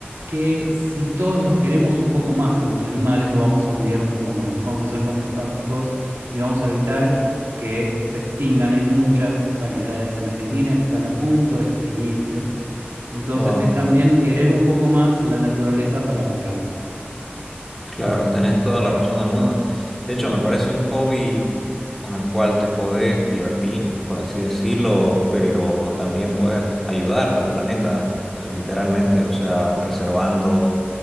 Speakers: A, on the right (about 85°); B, in the centre.
A: que si todos los queremos un poco más a los animales, los vamos a cuidar un poco más, vamos a ser más empáticos y vamos a evitar que se extingan. Hay muchas variedades en Argentina que están a punto de extinguirse, entonces
B: Wow.
A: es también querer un poco más la naturaleza para cuidarla.
B: Claro, tenés toda la razón del mundo. De hecho, me parece un hobby con el cual te podés divertir, por así decirlo, pero también puedes ayudar al planeta, eh, literalmente, o sea, preservando